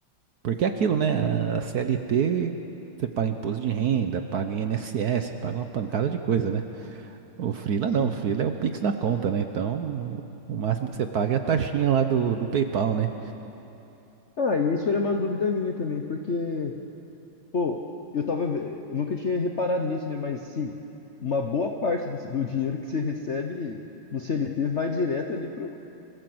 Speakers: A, on the right (about 60°); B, on the left (about 55°).
A: Porque é aquilo, né? A CLT você paga imposto de renda, paga INSS, paga uma pancada de coisa, né? O Freela
B: Sim.
A: não, o Freela é o Pix na conta, né? Então, o, o máximo que você paga é a taxinha lá do, do PayPal, né?
B: Ah, e isso era uma dúvida minha também, porque Pô, eu tava, ve- eu nunca tinha reparado nisso, né? Mas sim, uma boa parte do, do dinheiro que você recebe no CLT vai direto ali pro